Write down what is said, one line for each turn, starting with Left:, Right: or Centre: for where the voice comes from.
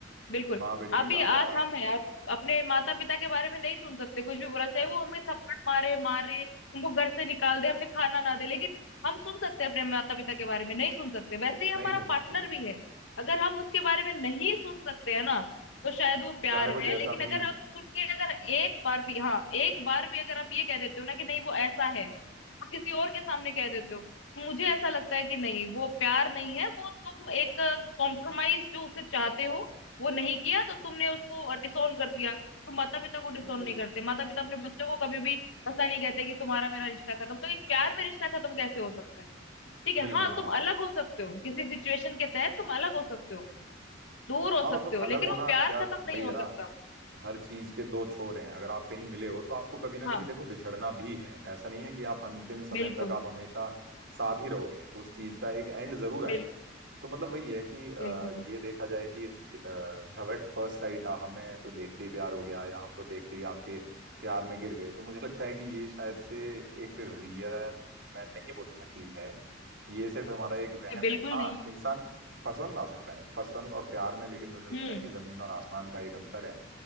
Left: बिल्कुल
Right: माँ बेटे
Left: अभी
Right: का प्यार
Left: आज
Right: हम्म,
Left: हम है आप अपने माता पिता के बारे में नहीं सुन सकते कुछ भी बुरा चाहे वो हमें थप्पड़ मारे मारे हमको घर से निकाल दे हमें खाना ना दे लेकिन हम सुन सकते हैं अपने माता पिता के बारे में नहीं सुन सकते वैसे ही हमारा
Right: नहीं सुन
Left: पार्टनर
Right: सकते बिल्कुल
Left: भी है अगर हम उसके बारे में नहीं सुन सकते हैं ना तो शायद वो प्यार
Right: चाहे वो
Left: है
Right: जैसा
Left: लेकिन अगर
Right: भी हो
Left: आप सुन के अगर एक बार भी हाँ एक बार भी अगर आप ये कह देते हो ना कि नहीं वो ऐसा है और किसी और के सामने कह देते हो तो मुझे ऐसा लगता है कि नहीं वो प्यार नहीं है वो तुम एक कॉम्प्रोमाइज जो उससे चाहते हो वो नहीं किया तो तुमने उसको डिसोन कर दिया तो माता पिता को डिसोन
Right: बिल्कुल
Left: नहीं करते माता पिता अपने बच्चों को कभी भी ऐसा नहीं कहते कि तुम्हारा मेरा रिश्ता खत्म तो एक प्यार में रिश्ता खत्म कैसे हो सकता है ठीक है
Right: बिल्कुल
Left: हाँ
Right: हाँ
Left: तुम अलग हो सकते हो किसी सिचुएशन के तहत तुम अलग हो सकते हो दूर हो
Right: हाँ
Left: सकते
Right: मतलब
Left: हो
Right: अलग
Left: लेकिन
Right: होना
Left: वो प्यार
Right: यार
Left: खत्म
Right: वही
Left: नहीं हो
Right: है ना
Left: सकता
Right: हर चीज के दो छोर हैं अगर आप कहीं मिले हो तो आपको कभी ना
Left: हाँ
Right: कभी देखो बिछड़ना भी है ऐसा नहीं है कि आप अंतिम समय
Left: बिल्कुल
Right: तक आप हमेशा साथ ही रहोगे उस चीज का एक एंड जरूर
Left: बिल्कुल
Right: आएगा तो मतलब वही है कि अ,
Left: बिल्कुल बिल्कुल
Right: ये देखा जाए कि लव एट फर्स्ट साइट हमें तो देखते ही प्यार हो गया या हम तो देखते ही आपके प्यार में गिर गए तो मुझे लगता है कि ये शायद से एक रियल मैं नहीं बोलूंगा चीज है ये सिर्फ हमारा एक वहम
Left: बिल्कुल
Right: है हाँ
Left: नहीं है
Right: इंसान पसंद आ सकता है पसंद और प्यार में लेकिन मुझे लगता
Left: हम्म
Right: है कि जमीन और आसमान का एक अंतर है